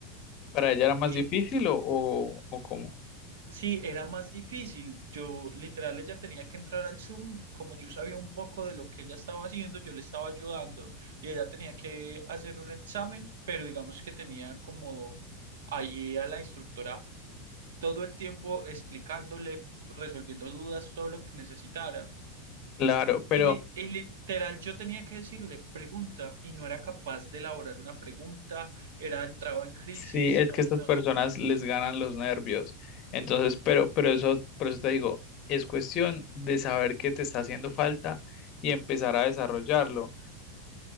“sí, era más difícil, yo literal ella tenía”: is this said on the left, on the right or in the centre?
Right